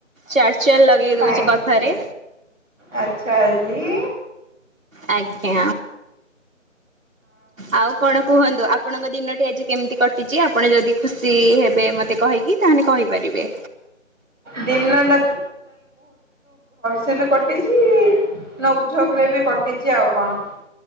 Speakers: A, on the right; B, in the centre.
A: ଚ ଚଲ ଲଗେଇ
B: ଥ୍ୟାଙ୍କ
A: ଦଉଛି କଥାରେ
B: ଆଚ୍ଛା ଆଜି
A: ଆଜ୍ଞା ଆଉ କଣ କୁହନ୍ତୁ? ଆପଣଙ୍କ ଦିନଟି ଆଜି କେମିତି କଟିଛି ଆପଣ ଯଦି ଖୁସି ହେବେ ମତେ କହିକି ତାହେଲେ କହିପାରିବେ।
B: ଦିନଟା ସେ ବି କଟିଛି ନୋକଝୋକ ରେ ବି କଟିଛି ଆଉ କଣ?